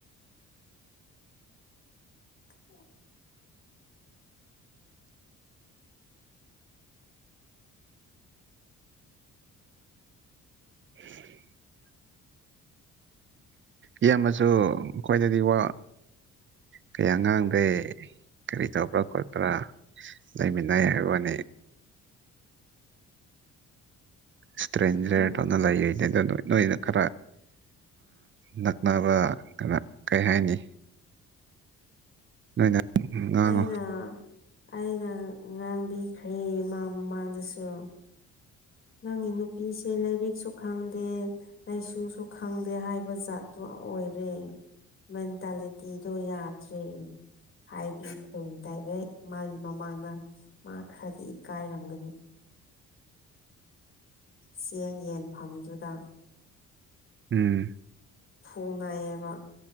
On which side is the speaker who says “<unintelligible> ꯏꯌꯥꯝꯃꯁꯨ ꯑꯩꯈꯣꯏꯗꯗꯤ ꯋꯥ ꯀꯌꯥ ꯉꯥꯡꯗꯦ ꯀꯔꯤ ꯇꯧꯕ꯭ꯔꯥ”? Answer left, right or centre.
Right